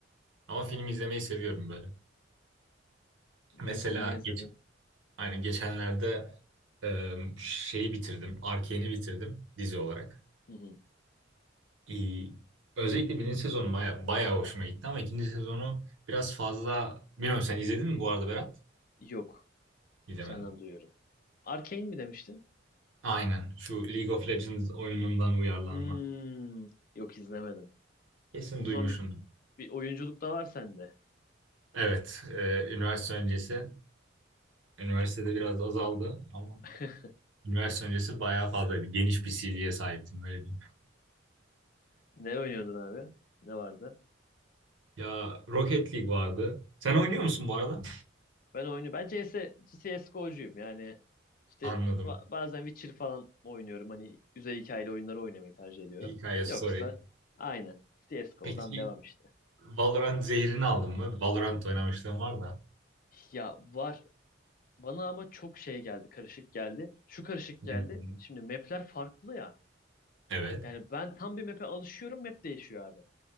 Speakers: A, on the right; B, on the left.
A: Ama film izlemeyi seviyorum böyle. Mesela
B: En son ne izledin?
A: geç, aynen geçenlerde e, şeyi bitirdim. Arcane'i bitirdim dizi olarak.
B: Hı hı.
A: İyi. Özellikle birinci sezonu baya, bayağı hoşuma gitti ama ikinci sezonu biraz fazla... Bilmiyorum sen izledin mi bu arada Berat?
B: Yok.
A: İzlemedim.
B: Senden duyuyorum. Arcane mi demiştin?
A: Aynen. Şu League of Legends oyunundan uyarlanma.
B: Hmm, yok izlemedim.
A: Kesin
B: O
A: duymuşsundur.
B: zaman bir, bir oyunculuk da var sende.
A: Evet. e, üniversite öncesi. Üniversitede biraz azaldı ama
B: <laughs>
A: üniversite öncesi bayağı fazlaydı. Geniş bir CV'ye sahiptim öyle diyeyim.
B: Ne oynuyordun abi? Ne vardı?
A: Ya Rocket League vardı. Sen oynuyor musun bu arada?
B: Ben oyunu ben CS, CSGO'cuyum yani işte
A: Anladım.
B: ba- bazen Witcher falan oynuyorum hani güzel hikayeli oyunları oynamayı tercih ediyorum.
A: Hikaye story.
B: Yoksa aynen CSGO'dan
A: Peki
B: devam işte.
A: Valorant zehrini aldın mı? Valorant oynamışlığım var da.
B: Ya var bana ama çok şey geldi karışık geldi şu karışık geldi
A: Hı hı.
B: şimdi mapler farklı ya
A: Evet.
B: yani ben tam bir map'e alışıyorum map değişiyor abi.